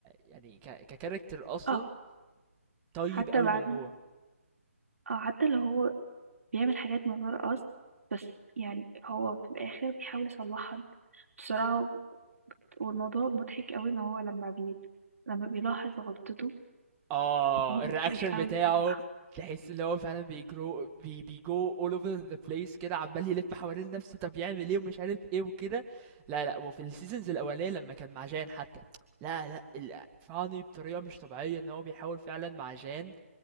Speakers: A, on the right; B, on the right.
A: يعني ك كcharacter أصلًا
B: اه
A: طيب
B: حتى
A: أوي
B: بعد
A: من جوّه.
B: اه حتى لو هو بيعمل حاجات من غير قصد بس يعني هو في الآخر بيحاول يصلحها بسرعة و- والموضوع مضحك قوي إن هو لما بي لما بيلاحظ غلطته
A: اه
B: <laughs>
A: الرياكشن
B: وبيحاول
A: بتاعه
B: يصلحها
A: تحس ان هو فعلا بيجرو بي بيجو all over the place كده عمال يلف حوالين نفسه طب يعمل ايه ومش عارف ايه وكده لا لا وفي السيزونز الاولانيه لما كان مع جان حتى لا لا ال- فاني بطريقه مش طبيعيه ان هو بيحاول فعلا مع جان